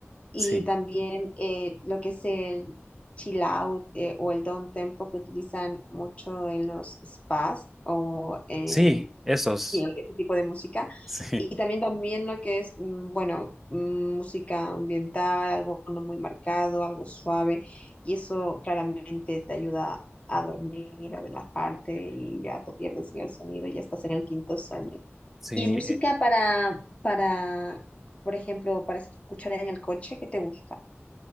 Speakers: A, on the left; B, in the centre.
A: y
B: Sí,
A: también eh, lo que es el chill out eh, o el down tempo que utilizan mucho en los spas o en
B: sí, esos,
A: Sí, ese tipo de música.
B: <laughs> sí,
A: Y también también lo que es, mm, bueno, mm, música ambiental, algo no muy marcado, algo suave. Y eso claramente te ayuda a dormir, a relajarte y ya te pierdes en el sonido, ya estás en el quinto sueño.
B: sí.
A: Y música
B: eh,
A: para, para, por ejemplo, para escuchar en el coche, ¿qué te gusta?